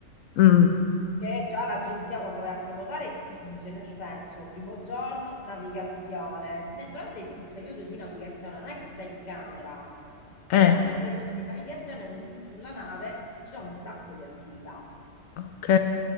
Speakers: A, on the left; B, on the left.
A: Mm,
B: che già l'agenzia quando vai a prenotare ti dice, nel senso, primo giorno, navigazione. Me- Durante il il periodo di navigazione non è che stai in camera,
A: eh,
B: durante il periodo di navigazione in- sulla nave ci sono un sacco di attività.
A: ok.